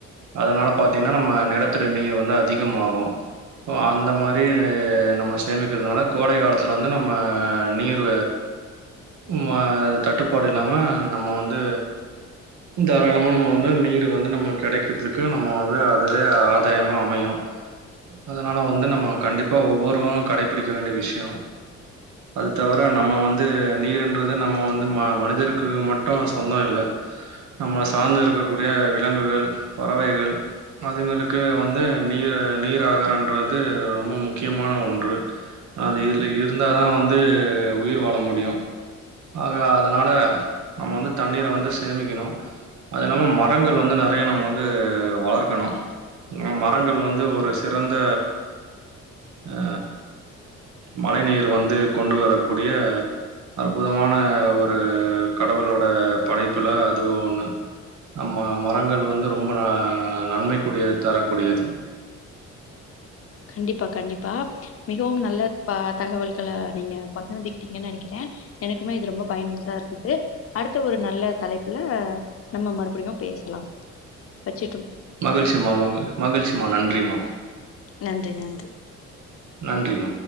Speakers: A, on the right; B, on the left.
A: அதனால பாத்தீங்னா நம்ம நெலத்தடி நீர் வந்து அ திகமாகூ அந்த மாரி நம்ம சேமிக்கிறதுனால கோடை காலத்துல வந்து நம்ம நீர் ம தட்டுப்பாடு இல்லாம நம்ம வந்து தாராளமா நம்ம வந்து நீர் வந்து நம்ம கெடைக்கிறதுக்கு நம்ம வந்து அதுவே ஆதாயமா அமையூ அதனால வந்து நம்ம கண்டிப்பா ஒவ்வொருவரூ கடைபிடிக்க வேண்டிய விஷ்யோ அது தவிர நம்ம வந்து நீருன்றது நம்ம வந்து ம மனிதருக்கு மட்டூ சொந்தோ இல்ல நம்ம சாந்து இருக்கக்கூடிய விலங்குகள பறவைகள் அதுங்களுக்கு வந்து நீ நீராகாரன்றது ரொம்ப முக்கியமான ஒன்று அதுல இர் இருந்தா தா வந்து உயிர் வாழ முடியூ ஆக அதனால நம்ம வந்து தண்ணீர வந்து சேமிக்கணூ அது இல்லாம மரங்கள் வந்து நறைய நம்ம வந்து வளர்க்கணூ ம ரங்கள் வந்து ஒரு சிறந்த ஆ மழை நீர் வந்து கொண்டு வரக்கூடிய அற்புதமான ஒரு கடவுளோட படைப்புல அதவூ ஒன்னு நம்ம மரங்கள் வந்து ரொம்ப நன்மைக்குடையது தரக்கூடியது ச <inaudible>
B: கண்டிப்பா கண்டிப்பா மிகவும் நல்ல ப தகவல்களை நீங்க பகிர்திக்கிட்டீங்கன்னு நெனைக்கிறே எனக்குமே இது ரொம்ப பயனுள்ளதா இருந்தது அடுத்த ஒரு நல்ல தலைப்புல நம்ம மறுபடியு பேசலாம் வச்ச
A: மகிழ்ச்சி மா மா மகிழ்ச்சி ம்மா நன்றிம்மா
B: நன்றி நன்றி
A: நன்றிமா